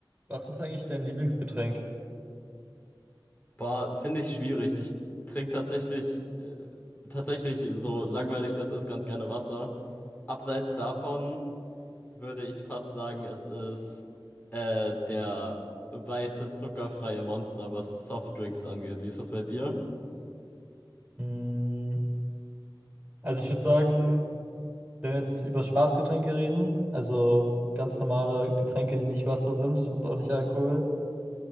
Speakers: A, on the right; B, on the left.
A: Was ist eigentlich dein Lieblingsgetränk?
B: Boah, finde ich schwierig. Ich trinke tatsächlich, äh, tatsächlich, so langweilig das ist, ganz gerne Wasser. Abseits davon würde ich fast sagen, es ist äh, der weiße, zuckerfreie Monster, was Softdrinks angeht. Wie ist das bei dir?
A: Hm, also ich würde sagen, wenn wir jetzt über Spaßgetränke reden, also ganz normale Getränke, die nicht Wasser sind und auch nicht Alkohol,